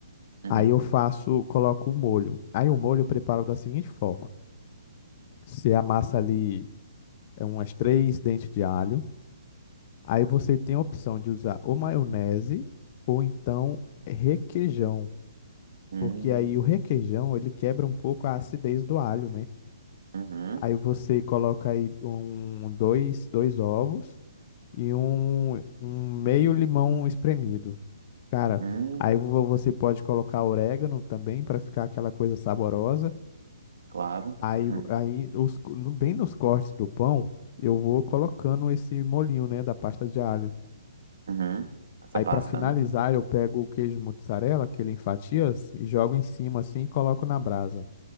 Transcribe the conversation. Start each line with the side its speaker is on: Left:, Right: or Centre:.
Right: Uhum.
Left: Aí eu faço, coloco o molho. Aí o molho eu preparo da seguinte forma: você amassa ali é, umas três dentes de alho. Aí você tem a opção de usar ou maionese ou então requeijão,
Right: Hum,
Left: porque aí o requeijão ele quebra um pouco a acidez do alho, né?
Right: uhum.
Left: Aí você coloca aí um, dois, dois ovos e um, um meio limão espremido. Cara,
Right: Hum,
Left: aí vo- você pode colocar orégano também para ficar aquela coisa saborosa.
Right: claro.
Left: Aí,
Right: Hum,
Left: aí os, no- bem nos cortes do pão, eu vou colocando esse molinho, né, da pasta de alho.
Right: uhum. Essa
Left: Aí
Right: pasta,
Left: pra finalizar,
Right: né?
Left: eu pego o queijo mozzarella, que ele em fatias, e jogo em cima assim e coloco na brasa.